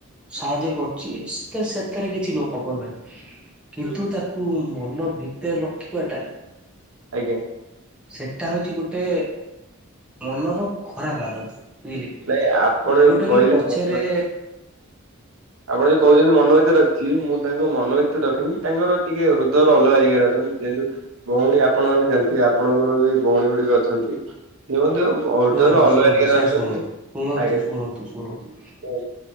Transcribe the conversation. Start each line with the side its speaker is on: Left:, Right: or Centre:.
Centre: ସାହାଯ୍ୟ କରୁଛି। ତେ ସେଥିରେ କିଛି ନପପ ଭାଇ କିନ୍ତୁ
Right: ହୁଁ
Centre: ତାକୁ ମନ ଭିତରେ ରଖିବାଟା
Right: ଆଜ୍ଞା।
Centre: ସେଟା ହୋଉଛି ଗୋଟେ ମନର ଖରାପ ଆଦତ୍। ଲିଲିକ୍ ଯୋଉଟା
Right: ନାଇଁ ଆପଣ ଯୋଉ କହିଲେ
Centre: କି ପଛରେ
Right: ମନ ଆପଣ ଯୋଉ କହୁଛନ୍ତି ମନୋ ଭିତରେ ରଖିଛି ମୁଁ ତାଙ୍କୁ ମନୋ ଭିତେ ରଖିନି ତାଙ୍କର ଟିକେ ହୃଦୟର ଅଲଗା ଜାଗାରେ ଅଛନ୍ତି ଯେନ୍ତୁ ଭଉଣୀ ଆପଣ ମାନେ ଜାଣିଥିବେ ଆପଣଙ୍କର ବି ଭଉଣୀ ଗୁଡ଼ିକ ଅଛନ୍ତି। <unintelligible>
Centre: ଶୁଣନ୍ତୁ
Right: ଅଲଗା
Centre: ଶୁଣନ୍ତୁ
Right: ଜାଗାରେ
Centre: ସାର୍
Right: ଅଛନ୍ତି
Centre: ଶୁଣନ୍ତୁ ଶୁଣନ୍ତୁ
Right: ଆଜ୍ଞା
Centre: ଶୁଣନ୍ତୁ ଶୁଣନ୍ତୁ
Right: ହୁଁ,